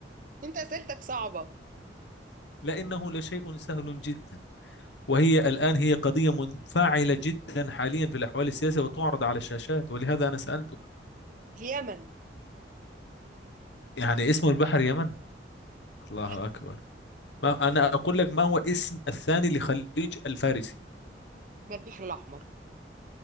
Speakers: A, on the right; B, on the left.
A: انت اسئلتك صعبة
B: لأنه لشيء سهل جدا وهي الآن هي قضية منفعلة جدا حاليا في الأحوال السياسية وتعرض على الشاشات ولهذا أنا سألتك
A: اليمن
B: يعني اسم البحر يمن الله
A: لا
B: أكبر ما أنا أقول لك ما هو اسم الثاني لخليج الفارسي
A: ما البحر الأحمر